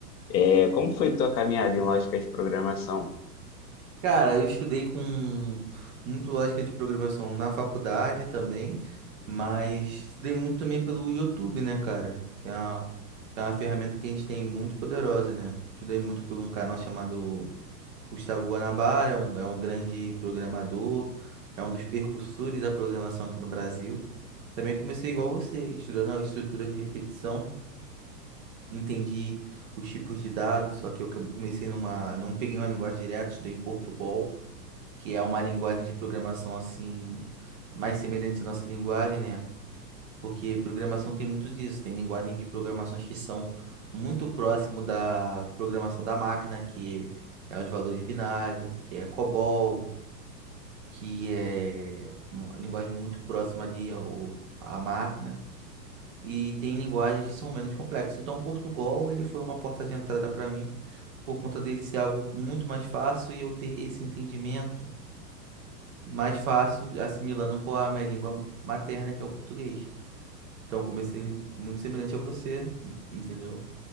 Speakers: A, on the left (about 85°); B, on the right (about 50°).
A: É, como foi tua caminhada em lógica de programação?
B: Cara, eu estudei com muito lógica de programação na faculdade também, mas estudei muito também pelo YouTube, né, cara? Que é uma, que é uma ferramenta que a gente tem muito poderosa, né? Estudei muito por um canal chamado Gustavo Guanabara, é um, é um grande programador, é um dos percursores da programação aqui no Brasil. Também comecei igual você, estudando a estrutura de repetição, entendi os tipos de dados, só que eu comecei numa, não peguei uma linguagem direta, estudei em Portugal que é uma linguagem de programação assim mais semelhante à nossa linguagem, né? Porque programação tem muito disso, tem linguagens de programações que são muito próximo da programação da máquina, que é os valores binários, que é COBOL, que é uma linguagem muito próxima ali ao, à máquina. E tem linguagens que são menos complexas. Então, Portugal, ele foi uma porta de entrada para mim, por conta dele ser algo muito mais fácil e eu ter esse entendimento mais fácil assimilando com a minha língua materna, que é o português. Então, eu comecei muito semelhante a você, entendeu?